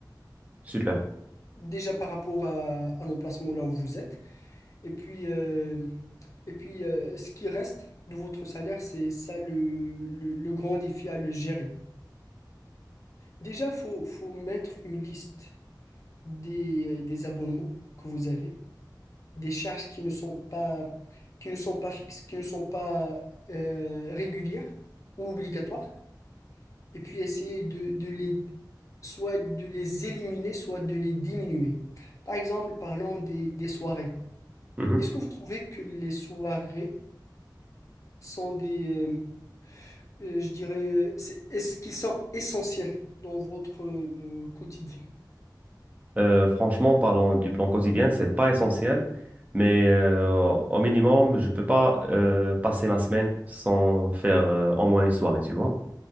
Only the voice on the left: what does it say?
déjà par rapport à, à l'emplacement là où vous êtes. Et puis, euh, Et puis, euh, ce qui reste de votre salaire, c'est ça le, le- le grand défi à le gérer. Déjà, faut, faut mettre une liste des, euh, des abonnements que vous avez, des charges qui ne sont pas, qui ne sont pas fixes, qui ne sont pas euh, régulières ou obligatoires. Et puis, essayer de, de les, soit de les éliminer, soit de les diminuer. Par exemple, parlons des, des soirées.
Est-ce que vous trouvez que les soirées sont des, euh, euh, je dirais, c'est, est-ce qu'ils sont essentiels dans votre euh, quotidien?